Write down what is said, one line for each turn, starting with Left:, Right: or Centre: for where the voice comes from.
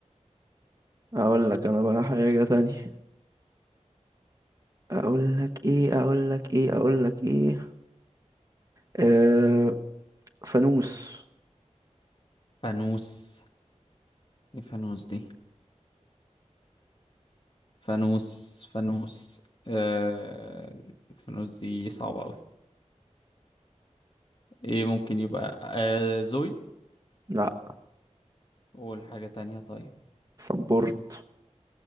Right: اقول لك انا بقى حاجة تانية اقول لك ايه اقول لك ايه اقول لك ايه آه، فانوس
Left: فانوس ايه فانوس دي فانوس فانوس آه الفانوس دي صعبة أوي ايه ممكن يبقى آه زوي
Right: لا
Left: والحاجة تانية طيب
Right: سبورت